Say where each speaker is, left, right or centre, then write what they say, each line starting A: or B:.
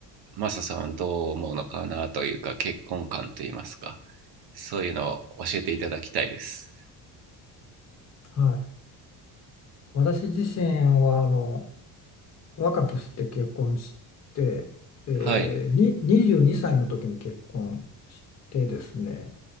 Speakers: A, on the right; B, on the left.
A: マサさんはどう思うのかなというか、結婚観といいますか、そういうのを教えていただきたいです。
B: はい。私自身はあの若くして結婚して、えー、
A: はい、
B: に22歳の時に結婚してですね、